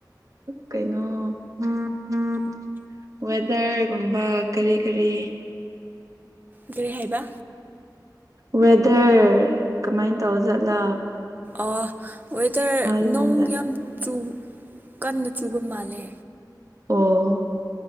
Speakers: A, on the right; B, on the right.
A: ꯀꯩꯅꯣ ꯎꯝ ꯋꯦꯗꯔꯒꯨꯝꯕ ꯀꯔꯤ ꯀꯔꯤ
B: ꯀꯔꯤ ꯍꯥꯏꯕ
A: ꯋꯦꯗꯔ ꯀꯃꯥꯏ ꯇꯧꯔꯤꯖꯥꯠꯂꯥ
B: ꯑꯥ ꯋꯦꯗꯔ
A: ꯌꯨꯝꯗ
B: ꯅꯣꯡ ꯌꯥꯝ ꯆꯨ ꯀꯟꯅ ꯆꯨꯕ ꯃꯥꯜꯂꯦ
A: ꯑꯣ